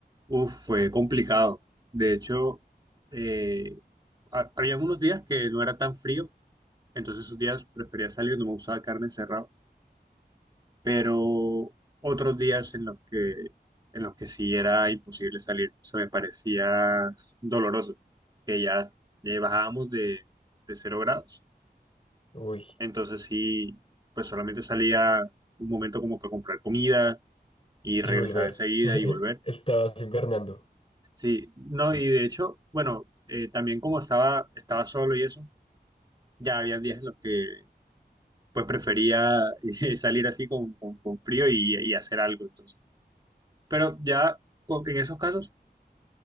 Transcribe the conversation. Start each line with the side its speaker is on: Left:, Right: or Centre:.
Right: uf, fue complicado. De hecho, eh, ha- había unos días que no era tan frío. Entonces esos días prefería salir, no me gustaba carne encerrada. pero otros días en los que, en los que sí era imposible salir, se me parecía doloroso, que ya, ya bajábamos de, de cero grados.
Left: Uy,
Right: Entonces sí, pues solamente salía un momento como que a comprar comida y
Left: y
Right: regresaba
Left: volver.
Right: enseguida
Left: <laughs>
Right: y volver.
Left: Estabas invernando.
Right: Sí, no, y de hecho, bueno, eh, también como estaba, estaba solo y eso, ya había días en los que pues prefería <laughs> eh, salir así con, con, con frío y, y hacer algo entonces. Pero ya con- en esos casos